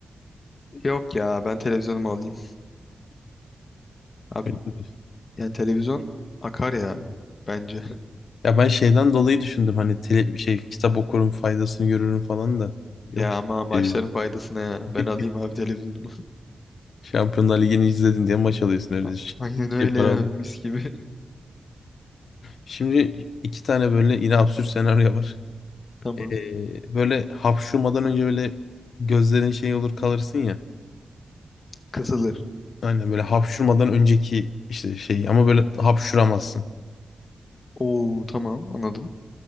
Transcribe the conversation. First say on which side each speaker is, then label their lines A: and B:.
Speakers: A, on the left (about 40°); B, on the left (about 70°).
A: Yok ya ben televizyonumu alayım. Abi
B: <laughs>
A: yani televizyon akar ya bence. <laughs>
B: Ya ben şeyden dolayı düşündüm hani tele, şey kitap okurum faydasını görürüm falan da. Yok
A: Ya
B: ya,
A: ama başların
B: televizyon.
A: faydasına ya. Ben
B: <laughs>
A: alayım abi televizyonumu.
B: Şampiyonlar Ligi'ni izledin diye maç alıyorsun
A: <laughs>
B: öyle
A: A-
B: düşün.
A: Aynen öyle
B: Şey para
A: ya mis gibi.
B: Şimdi iki tane böyle yine absürt senaryo var.
A: <laughs> Tamam.
B: Ee, böyle hapşurmadan önce böyle gözlerin şey olur kalırsın ya.
A: Kısılır.
B: Aynen böyle hapşurmadan önceki işte şey ama böyle hapşuramazsın.
A: Oo tamam anladım.